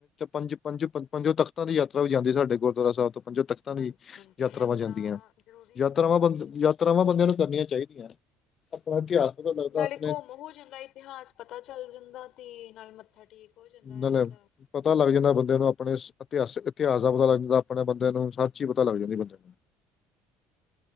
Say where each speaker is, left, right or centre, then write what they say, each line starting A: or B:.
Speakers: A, on the left; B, on the left.
A: ਪੰਜ -ਪੰਜ, ਪੰਜ ਤਖ਼ਤਾਂ ਦੀ ਯਾਤਰਾ ਵੀ ਜਾਂਦੀ ਸਾਡੇ ਗੁਰਦੁਆਰਾ ਸਾਹਿਬ ਤੋਂ ਪੰਜੋਂ ਤਖ਼ਤਾਂ ਦੀ
B: ਹਾਂਜੀ
A: ਯਾਤਰਾਵਾਂ
B: ਯਾਤਰਾ
A: ਜਾਂਦੀਆਂ।
B: ਜ਼ਰੂਰੀ
A: ਯਾਤਰਾਵਾਂ
B: ਹੈ ਨਾ
A: ਬੰ
B: ਬਹੁਤ ਜ਼ਿਆਦਾ
A: ਯਾਤਰਾਵਾਂ ਬੰਦਿਆਂ ਨੂੰ ਕਰਨੀਆਂ ਚਾਹੀਦੀਆਂ, ਆਪਣਾ ਇਤਿਹਾਸ ਲੱਗਦਾ।
B: ਨਾਲੇ
A: ਆਪਣੇ
B: ਘੁੰਮ ਹੋ ਜਾਂਦਾ, ਇਤਿਹਾਸ ਪਤਾ ਚੱਲ ਜਾਂਦਾ ਤੇ ਨਾਲ ਮੱਥਾ ਟੇਕ ਹੋ ਜਾਂਦਾ
A: ਨਾਲੇ
B: ਰੱਬ ਦਾ
A: ਪਤਾ ਲੱਗ ਜਾਂਦਾ ਬੰਦੇ ਨੂੰ ਆਪਣੇ ਇਤਿਹਾਸ ਇਤਿਹਾਸ ਦਾ ਪਤਾ ਲੱਗ ਜਾਂਦਾ ਆਪਣੇ ਬੰਦਿਆ <unintelligible> ਨੂੰ ਹਰ ਚੀਜ਼ ਪਤਾ ਲੱਗ ਜਾਂਦੀ ਬੰਦੇ ਨੂੰ <inaudible>